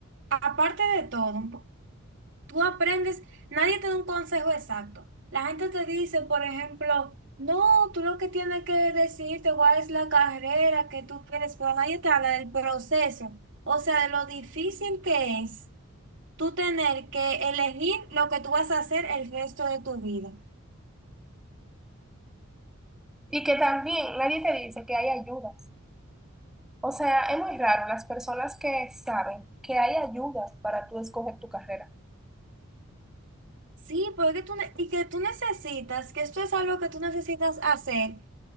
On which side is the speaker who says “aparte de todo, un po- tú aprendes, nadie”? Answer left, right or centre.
Right